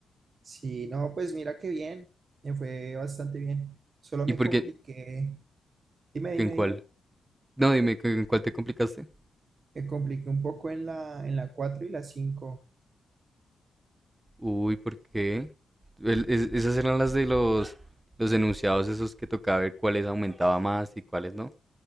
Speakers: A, on the right; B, on the right.
A: Sí, no, pues mira qué bien, me fue bastante bien. Solo
B: ¿Y
A: me
B: por
A: compliqué,
B: qué?
A: dime, dime,
B: ¿En cuál?
A: dime,
B: No, dime, ¿en cuál te complicaste?
A: me compliqué un poco en la, en la 4 y la 5.
B: Uy, ¿por qué? El- es- esas eran las de los, los enunciados esos que tocaba ver cuáles aumentaba más y cuáles no.